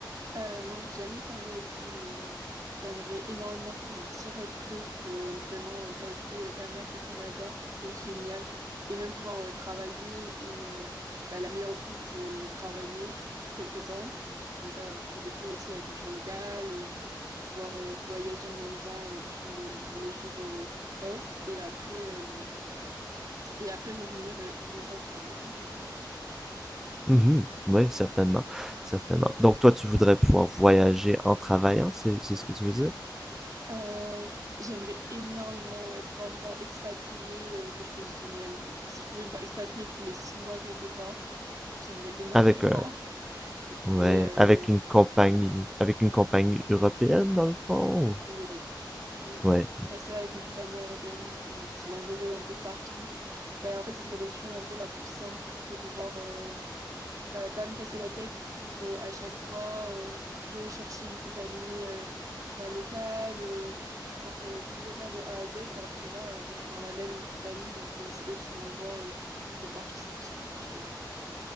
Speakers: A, on the right; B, in the centre.
A: Euh, non, j'ai jamais été en Asie, mais euh, j'aimerais énormément faire un petit road trip, euh, vraiment euh, passer euh, pas mal de temps là-bas, ce serait génial. Et même pouvoir euh, travailler, et euh, bah, la meilleure option, ça serait euh, de travailler quelques temps. Comme ça, euh, je peux découvrir aussi la culture locale, euh, pouvoir euh, voyager en même temps euh, sur m- mes jours euh, off, et après, euh, et après revenir euh, en Europe euh, un peu plus tard.
B: Mhm. Oui, certainement, certainement. Donc toi, tu voudrais pouvoir voyager en travaillant, c'est, c'est ce que tu veux dire?
A: Euh, j'aimerais énormément ouais, pouvoir me faire expatrier, euh, ça serait génial. Si je pouvais me faire expatrier tous les six mois quelque part, j'aimerais énormément.
B: Avec un,
A: <laughs>
B: Ouais,
A: Mais euh,
B: avec une compagnie, avec une compagnie européenne dans le fond.
A: oui, oui,
B: Ouais.
A: je resterais avec une compagnie européenne qui, qui m'enverrait un peu de partout. Ben, en fait, ce serait l'option un peu la plus simple pour pouvoir euh, bah, pas me casser la tête pour euh, à chaque fois euh, rechercher une compagnie euh, bah, locale, euh, devoir euh, tout refaire de A à Z, alors que là, euh, bah, je suis dans la même compagnie, donc euh, c'est eux qui m'envoient euh, un peu de partout, c'est plus simple, je dirais.